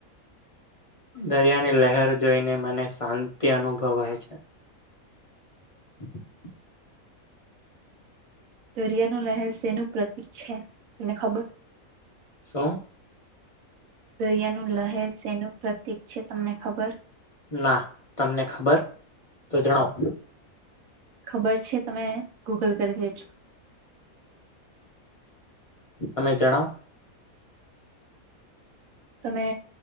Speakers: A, on the left; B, on the right.
A: દરિયાની લહેર જોઈને મને શાંતિ અનુભવાય છે. <inaudible>
B: દરિયાનુ લહેર શેનું પ્રતીક છે? તને ખબર
A: શું
B: દરિયાનું લહેર શેનુ પ્રતીક છે. તમને ખબર
A: ના, તમને ખબર તો જણાવ.
B: ખબર છે, તમે ગૂગલ કરી લેજો.
A: તમે જણાવ.
B: તમે